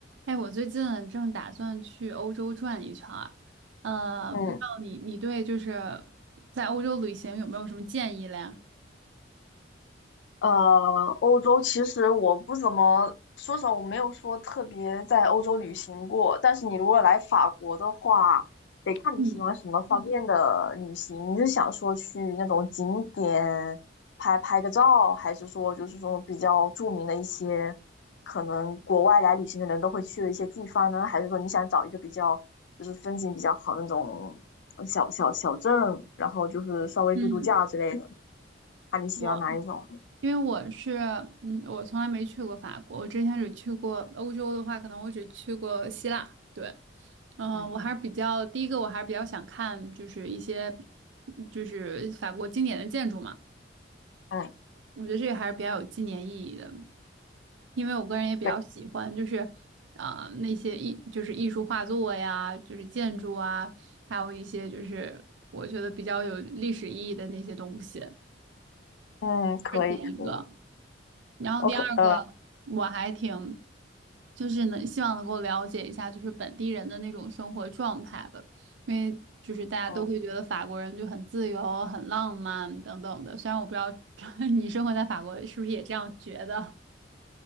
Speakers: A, on the right (about 75°); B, on the left (about 70°).
A: 哎，我最近啊正打算去欧洲转一圈儿，呃，
B: 嗯
A: 不知道你你对就是在欧洲旅行有没有什么建议嘞？
B: 呃，欧洲其实我不怎么说实话，我没有说特别在欧洲旅行过。但是你如果来法国的话，得看你喜欢什么方面的旅行。
A: 嗯
B: 你是想说去那种景点拍拍个照，还是说就是说比较著名的一些可能国外来旅行的人都会去的一些地方呢？还是说你想找一个比较就是风景比较好的那种小小小镇，然后就是稍微度度假之类的？
A: 嗯，
B: 看你喜欢哪一种。
A: 我因为我是嗯，我从来没去过法国，我之前只去过欧洲的话，可能我只去过希腊。对，嗯、
B: 嗯
A: 我还是比较第一个，我还是比较想看就是一些就是法国经典的建筑嘛，
B: 嗯，
A: 我觉得这个还是比较有纪念意义的。因为我个人也比较喜欢，
B: 对，
A: 就是啊、那些艺就是艺术画作呀，就是建筑啊，还有一些就是我觉得比较有历史意义的那些东西，
B: 嗯，可以，
A: 这是第一个。
B: 可以，
A: 然后第二个，
B: 我可，呃，
A: 我还挺就是能希望能够了解一下，就是本地人的那种生活状态吧，因为就是大家都会觉得法国人就很自由、
B: 嗯，
A: 很浪漫等等的。虽然我不知道 <laughs> 你生活在法国是不是也这样觉得，